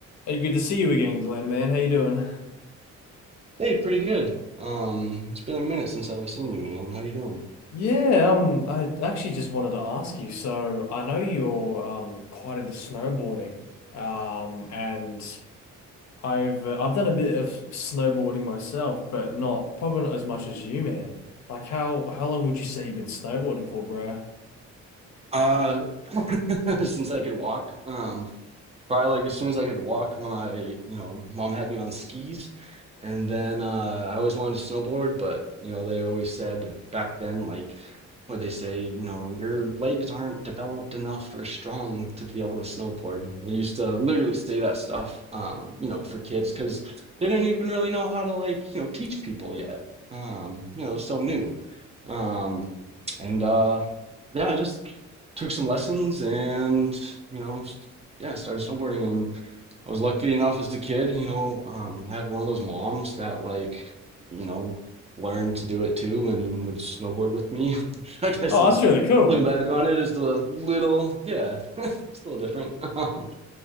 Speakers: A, on the left; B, on the right.
A: Hey, good to see you again, Glenn, man. How you doing?
B: Hey, pretty good. Um, it's been a minute since I've seen you, man. How you doing?
A: Yeah, um, I actually just wanted to ask you. So I know you're um quite into snowboarding, um, and I've uh, I've done a bit of snowboarding myself, but not probably not as much as you, man. Like how how long would you say you've been snowboarding for, bro?
B: Uh, <laughs> since I could walk. Um, probably like as soon as I could walk, my you know mom had me on skis, and then uh, I always wanted to snowboard, but you know they always said back then like what they say, you know your legs aren't developed enough or strong to be able to snowboard. They used to literally say that stuff, um, you know, for kids because they didn't even really know how to like you know teach people yet. Um, you know, so new. Um, and uh, yeah, I just took some lessons and, you know, yeah, started snowboarding. And I was lucky enough as a kid, you know, um, I had one of those moms that, like, you know, learned to do it too and would snowboard with me. <laughs> I guess
A: Oh,
B: is
A: that's really cool.
B: looking back on it is a little, yeah, <laughs> it's a little different. <laughs> Um,